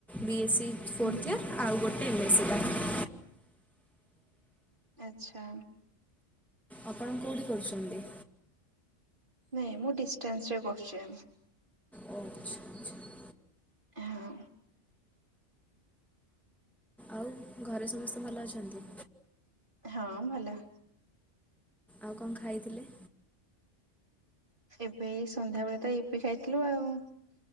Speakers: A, in the centre; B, on the right.
A: ବି ଏ ସ ଫୋର୍ଥ
B: ଉୁଁ ହୁଁ
A: ଇୟର୍। ଆଉ ଗୋଟେ <unintelligible>
B: ଆଛା।
A: ଆପଣ କୋଉଠି କରୁଛନ୍ତି,?
B: ନାଇଁ ମୁଁ ଡିଷ୍ଟାନ୍ସ ରେ କରୁଛି।
A: ଆଚ୍ଛା ଆଚ୍ଛା।
B: ହଁ।
A: ଆଉ ଘରେ ସମସ୍ତେ ଭଲ ଅଛନ୍ତି?
B: ହଁ ଭଲ।
A: ଆଉ କଣ ଖାଇଥିଲେ?
B: ଏବେ ଏଇ ସନ୍ଧ୍ୟା ବେଳେ ତ ଇପି ଖାଇଥିଲୁ ଆଉ।